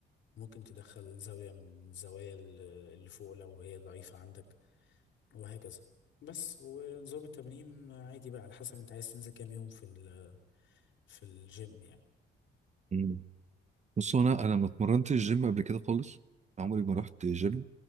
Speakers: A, on the left; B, on the right.
A: ممكن تدخل زاوية من الزوايا ال- اللي فوق لو هي ضعيفة عندك وهكذا بس ونظام التمرين عادي بقى على حسب انت عايز تنزل كام يوم في ال في الجيم يعني
B: مم. بص هو انا انا ما اتمرنتش جيم قبل كده خالص عمري ما رحت جيم